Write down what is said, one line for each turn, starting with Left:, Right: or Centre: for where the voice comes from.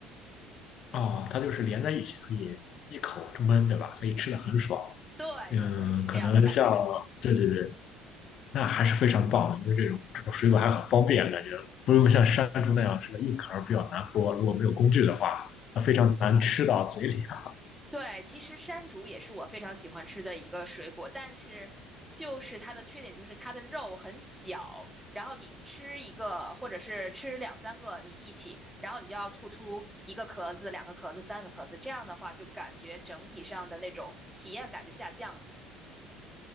Left: 哦，它就是连在一起可以一口闷，对吧？可以吃的很爽。
Centre: 对对对，
Left: 嗯，
Centre: 是这样的感觉。
Left: 可能像，对对对，那还是非常棒的，因为这种这种水果还很方便，感觉不用像山竹那样是个硬壳儿比较难剥，如果没有工具的话，那非常难吃到嘴里啊。
Centre: 对，其实山竹也是我非常喜欢吃的一个水果，但是就是它的缺点就是它的肉很小，然后你吃一个或者是吃两三个你一起，然后你就要吐出一个壳子、两个壳子、三个壳子，这样的话就感觉整体上的那种体验感就下降了。